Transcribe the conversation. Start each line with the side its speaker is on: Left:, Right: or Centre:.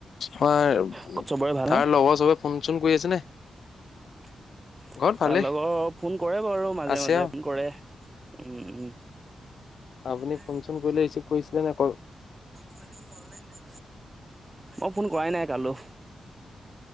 Left: হয়
Right: ঘৰত চবৰে ভাল নে?
Left: তাৰ লগৰ চবে ফোন চোন কৰি আছে নে।
Right: <inaudible>
Left: ঘৰত
Right: তাৰ
Left: ভালেই
Right: লগৰ ফোন কৰে বাৰু মাজে
Left: আছে
Right: মাজে
Left: আৰু
Right: ফোন কৰে উম উম।
Left: আপুনি
Right: নাই
Left: ফোন
Right: মানে
Left: চোন কৰিলে ৰিচিভ কৰিছিলে নে কল
Right: - মানে মোৰ অনলাইন নাই। অই ফোন কৰাই নাই কালো।